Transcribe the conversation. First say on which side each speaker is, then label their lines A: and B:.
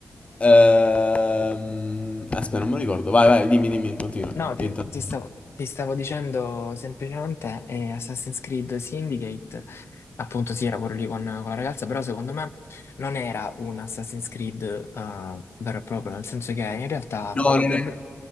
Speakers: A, on the left; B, on the left.
A: ehm, aspetta, non me lo ricordo. Vai, vai, dimmi, dimmi, continua.
B: No, ti,
A: Intanto.
B: ti stavo, ti stavo dicendo semplicemente eh, Assassin's Creed Syndicate, appunto sì, era quello lì con, con la ragazza, però secondo me non era un Assassin's Creed eh, vero e proprio, nel senso che in realtà
A: No,
B: il
A: non
B: problema...
A: è-